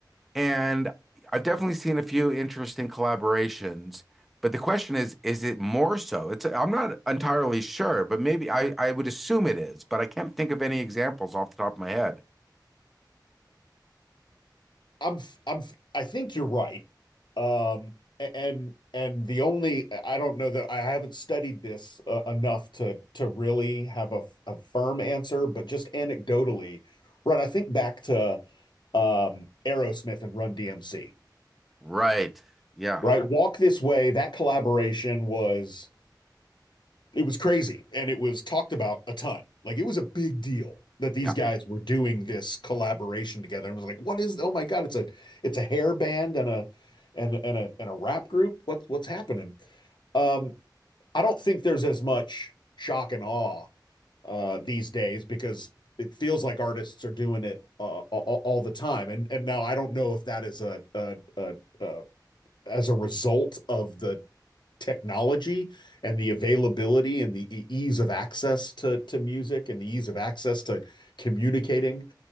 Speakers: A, in the centre; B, on the left (about 75°).
A: And I've definitely seen a few interesting collaborations, but the question is, is it more so? It's I'm not entirely sure, but maybe I, I would assume it is, but I can't think of any examples off the top of my head.
B: I'm I'm I think you're right. Um, and and the only I don't know that I haven't studied this uh, enough to to really have a, a firm answer, but just anecdotally, right? I think back to um, Aerosmith and Run DMC
A: Right. Yeah.
B: right? Walk This Way, that collaboration was it was crazy and it was talked about a ton. Like it was a big deal that these
A: Yeah.
B: guys were doing this collaboration together. And it was like, what is, oh my God, it's a it's a hair band and a and and a and a rap group. What's what's happening? Um, I don't think there's as much shock and awe uh these days because it feels like artists are doing it uh, all, all the time. And and now I don't know if that is a, a, a, a as a result of the technology and the availability and the e-, ease of access to to music and the ease of access to communicating,